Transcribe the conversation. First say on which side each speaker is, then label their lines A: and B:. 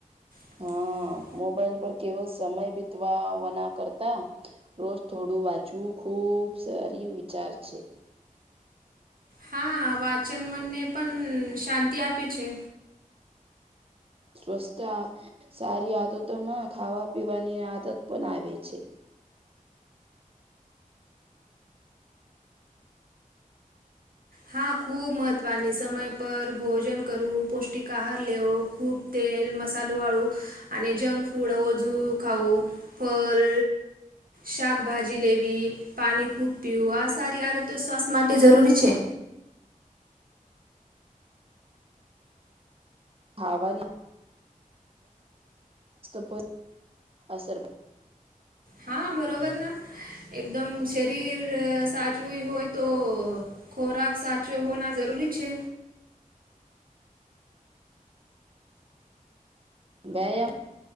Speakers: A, on the right; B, on the right.
A: <inaudible>
B: હા મોબાઈલ પર કેવલ સમય બીતવાવાના કરતા રોજ થોડું વાંચવું ખુબ સારી વિચાર છે
A: હા વાચન મનને પણ શાંતિ આપે છે
B: સ્વસ્છતા સારી આદતોમાં ખાવા પીવાની આદત પણ આવે છે
A: હા ખૂબ મહત્ત્વની સમય પર ભોજન કરવું પૌષ્ટિક આહાર લેવો ખૂબ તેલ મસાલો વાળું અને જંક ફૂડ ઓજુ ખાવું ફલ શાકભાજી લેવી પાણી ખૂબ પીવું આ સારી આદતો સવાસ્થ માટે જરૂરી છે
B: હવાની <unintelligible> અસર
A: હા બરોબર ના એકદમ શરીર સાચવું હોય તો ખોરાક સાચો હોના જરૂરી છે
B: વ્યાયામ